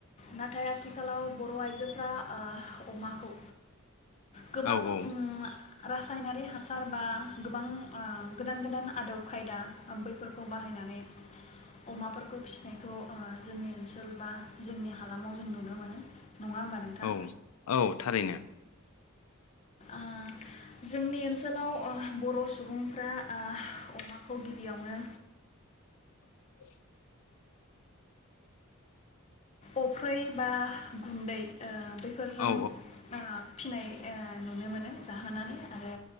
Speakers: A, on the left (about 30°); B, on the left (about 85°).
A: नाथाय आथिखालाव बर' आइजोफोरा ओ अमाखौ गोबां
B: औ औ
A: उम रा सायनारि हासार बा गोबां ओ गोदान गोदान आदब खायदा बैफोरखौ बाहायनानै अमाफोरखौ फिसिनायखौ ओ जोंनि ओनसोल बा जोंनि हालामाव जों नुनो मोनो। नङा होमबा नोंथां
B: औ औ थारैनो।
A: ओ जोंनि ओनसोलाव ओ बर' सुबुंफ्रा आ अमाखौ गिबियावनो
B: <inaudible>
A: अफ्रै बा गुन्दै ओ बेफोरजों
B: औ
A: ओ फिनाय ओ नुनो मोनो जाहोनानै आरो